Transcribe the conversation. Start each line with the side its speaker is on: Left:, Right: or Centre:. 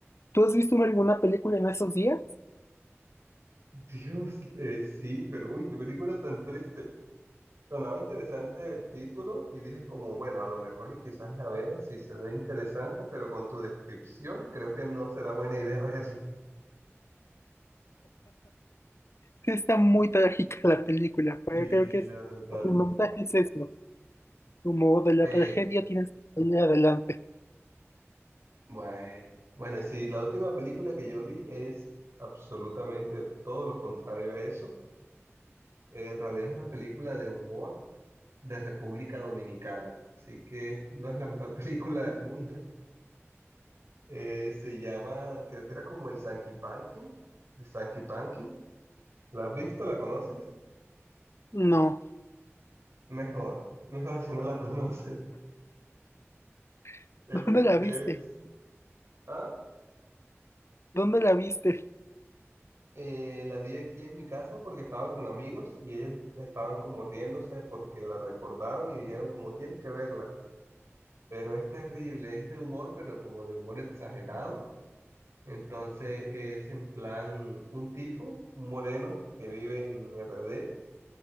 Left: ¿Tú has visto alguna película en esos días?
Right: Dios, eh, sí, pero uy, qué película tan triste. Sonaba interesante el título y dije como, bueno, a lo mejor y quizás la vea si se ve interesante, pero con tu descripción creo que no será buena <laughs> idea verla.
Left: Sí, está muy trágica la película, pero
Right: Sí,
Left: creo que es,
Right: la verdad.
Left: el mensaje es eso. Como de la
Right: Eh,
Left: tragedia tienes que salir adelante.
Right: Bueno, bueno, sí, la última película que yo vi es absolutamente todo lo contrario a eso. Eh, En realidad es una película de humor de República Dominicana, así que no es la mejor <laughs> película del mundo. Eh, se llama, creo que era como el Sanky Panky, de Sanky Panky. ¿La has visto? ¿La conoces?
Left: No.
Right: Mejor, mejor si no la <laughs> conoces.
Left: <laughs>
Right: Es
Left: ¿Dónde
Right: un,
Left: la
Right: es,
Left: viste?
Right: ¿ah?
Left: ¿Dónde la viste?
Right: Eh, la vi aquí en mi casa porque estaba con amigos y ellos estaban como riéndose porque la recordaron y dijeron como tienes que verla. Pero es terrible, es de humor, pero como de humor exagerado. Entonces es en plan un tipo, un moreno que vive en R. D.